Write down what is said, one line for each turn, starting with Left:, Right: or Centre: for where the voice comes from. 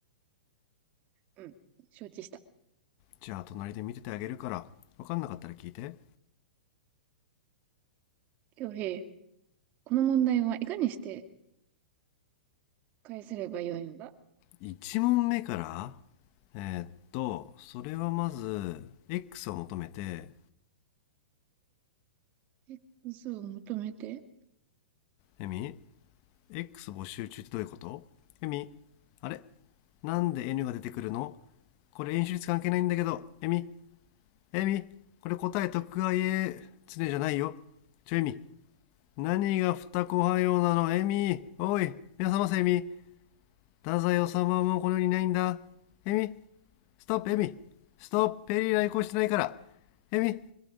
Right: うん。承知した。
Left: じゃあ隣で見ててあげるからわかんなかったら聞いて
Right: 京平、この問題はいかにして返せればよいのだ
Left: 1問目からえーっとそれはまず X を求めて
Right: え嘘を求めて。
Left: エミ X 募集中ってどういうことエミあれなんで N が出てくるのこれ演習率関係ないんだけどエミエミこれ答え徳川家常じゃないよちょエミ何が二子派用なのエミおい皆様せエミ太宰治もこの世にいないんだエミストップエミストップペリー来航してないからエミ